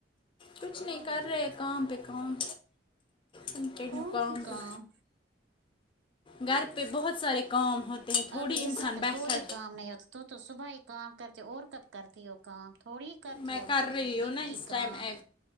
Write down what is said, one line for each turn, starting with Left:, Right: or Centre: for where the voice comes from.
Left: کچھ نہیں کر رہے کام پے کام انم کر
Right: کون
Left: نو کاام
Right: سی کام
Left: بھی گھر پہ بہت سارے کام ہوتے ہیں تھوڑی
Right: اب اس
Left: انسان
Right: وقت
Left: بہتر
Right: کوئی کام نہیں ہوتا تو تو صبح ہی کام کرتی اور کب کرتی ہو کام تھوڑی کرتی
Left: میں
Right: ہو
Left: کر رہی ہوں
Right: دن
Left: نا
Right: کی
Left: اس ٹائم
Right: کام
Left: اے